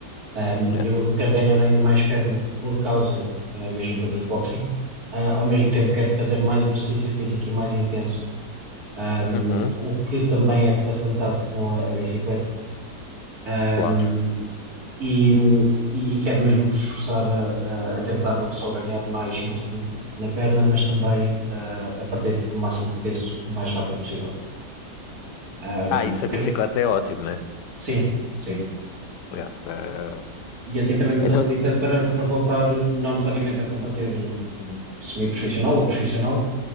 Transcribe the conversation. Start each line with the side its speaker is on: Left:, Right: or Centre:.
Right: um,
Left: Yeah.
Right: eu, eu quero ganhar ainda mais perna por causa uh, mesmo do kickboxing. Uh, ao mesmo tempo quero fazer mais exercício físico e mais intenso um,
Left: Uhum,
Right: o que também é facilitado com a, a bicicleta. Um,
Left: claro.
Right: e, e, e quero mesmo vos esforçar a, a- a tentar não só ganhar mais músculo na perna, mas também ah, a perder o máximo de peso o mais rápido possível. Um,
Left: Ah, isso a
Right: cre-
Left: bicicleta é ótimo, né?
Right: sim, sim.
Left: Yeah. Eh,
Right: E assim também me facilita
Left: Então,
Right: para, para voltar, não necessariamente a combater eh, semi-profissional ou profissional,